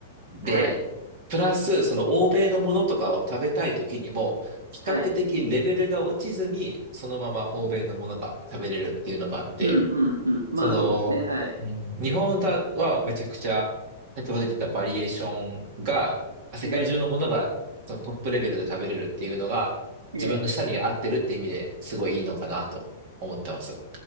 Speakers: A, on the right; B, on the right.
A: で、
B: はい。
A: プラス、その欧米のものとかを食べたい時にも、比較的レベルが落ちずに、
B: はい。
A: そのまま欧米のものが食べれるっていうのがあって、
B: うんうんうん。まあそうですね。
A: その、
B: はい。
A: うん、日本だはめちゃくちゃ、先ほど言ったバリエーションが、世界中のものがそのトップレベルで食べれるっていうのが、
B: ええ、ええ。
A: 自分の舌に合ってるって意味ですごいいいのかなと思ってます。